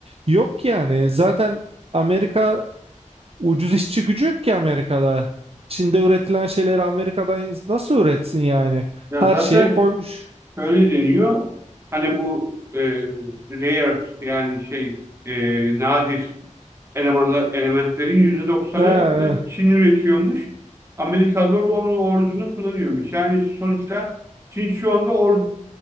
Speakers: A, on the right; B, on the right.
A: yok yani. Zaten Amerika ucuz işçi gücü yok ki Amerika'da. Çin'de üretilen şeyleri Amerika'dan nasıl üretsin yani?
B: Ya
A: Her
B: zaten
A: şeye koymuş.
B: şöyle deniyor. Hani bu e, rare yani şey e, nadir elemanlar, elementlerin yüzde doksanını
A: Ha,
B: Çin üretiyormuş. Amerikalılar da onun ordusunu kullanıyormuş. Yani sonuçta Çin şu anda or